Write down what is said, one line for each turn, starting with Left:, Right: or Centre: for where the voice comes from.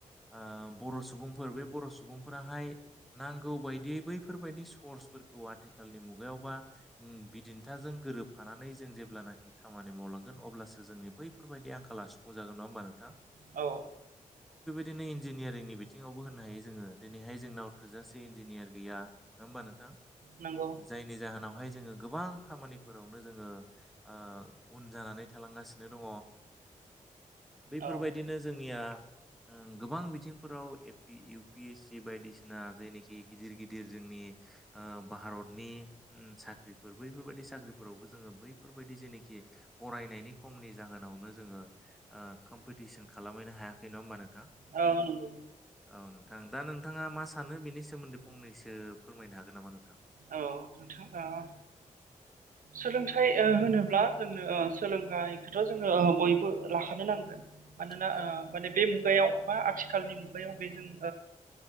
Centre: ओ बर' सुबुंफोर बे बर' सुबुंफोराहाय नांगौ बायदियै बैफोरबायादि सर्सफोर आथिखालनि मुगायावबा बिदिन्थाजों गोरोबफानानै जों जेब्लानाखि खामानि मावलां अब्लासो जोंनि बैफोरबायदि आंखाला सुफुं जागोन नङा होमबा नोंथां
Right: औ
Centre: दिनै इन्जिनियारिंनि बिथिङावबो होन्नो हायो जोङो दिनैहाय जोंनाव थोजासे इन्जिनियार गैया नङा होमबा नोंथां
Right: नंगौ
Centre: जायनि जाहोनावहाय जोङो गोबां खामानि फोरावनो जोङो ओ उन जानानै थालांगासिनो दङ बैफोरबायदिनो
Right: औ
Centre: जोंनिया गोबां बिथिंफोराव‌ एफि इउ पि एस सि बायदिसिना जायनिखि गिदिर गिदिर जों -नि ओ भारतनि साख्रिफोर बैफोरबायदि साख्रिफोराव जोङो बैफोरबायदि -नेखि फरायनायनि खमनि जाहोनावनो जोङो ओ कम्पिटिसन खालामहैनो हायाखै नङा होमबा नोंथां
Right: औ नंगौ
Centre: औ नों नोंथां दा नोंथाङा मा सानो बेनि सोमोन्दै फंनैसो फोरमायनो हागोन नामा नोंथां
Right: औ नोंथां ओ सोलों -थाइ ओ होनोब्ला जोंनो सोलोंथाइखौथ' जोङो ओ बयबो लाखानो नांगोन मानोना
Centre: औ
Right: ओ माने बे मुगायाव बा आथिखालनि मुगायाव बे जों